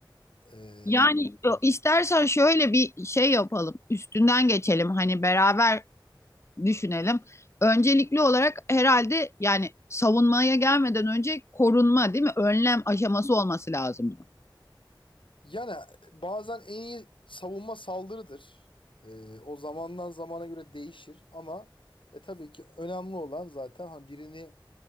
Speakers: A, on the left; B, on the left.
A: Ee,
B: Yani istersen şöyle bir şey yapalım. Üstünden geçelim. Hani beraber düşünelim. Öncelikli olarak herhalde yani savunmaya gelmeden önce korunma değil mi? Önlem aşaması olması lazım bunun.
A: yani bazen en iyi savunma saldırıdır. Ee, o zamandan zamana göre değişir ama e, tabii ki önemli olan zaten hani birini